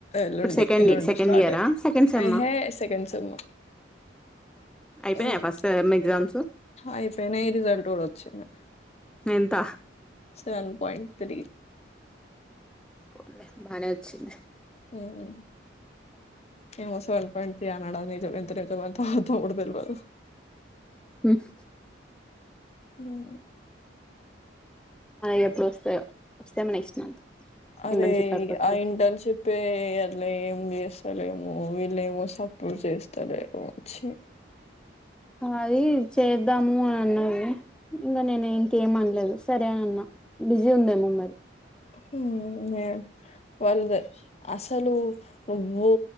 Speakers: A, on the left; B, in the centre.
A: ఎల్లుండి
B: ఇప్పుడు సెకండ్
A: ఎల్లుండి
B: సెకండ్
A: స్టార్
B: ఇయరా
A: అయ్
B: సెకండ్ సెమ్
A: ఏహే
B: ఆ
A: సెకండ్ సేము
B: అయిపోయాయా
A: హుహ్
B: ఫస్ట్ సెమ్ ఎగ్జామ్స్
A: అయిపేనే ఈ రిజల్ట్ ఉడోత్ చును
B: ఎంత
A: సెవెన్ పయింట్ త్రీ
B: పోలె బానే వచ్చింది.
A: ఉహుహ్ ఏ వసాద్ వన్ పాయింట్ త్రీ అనడ్ అదే జరుత్ <inaudible> దేల్వదు
B: ఉహ్
A: అయో
B: అయ్ ఎప్పుడోస్తాయో వస్తేమ్ నెక్స్ట్ మంత్
A: అరే
B: ఇంటర్న్షిప్ అయిపోతే
A: ఆ ఇంటన్షిపే అట్లా ఏం ఇంగ్ గేస్తలేేమో వీళ్ళ ఏమో సపోర్ట్ చేస్తారమో వచ్చి
B: అది చేద్దాము అని అన్నారు. ఇంగా నేన్ ఇంకేమన్ లేదు సరే అన్నా బిజీ ఉందేమో మరీ
A: ఉహుహ్ మేడం వాళ్ళదే అసలు నువ్వు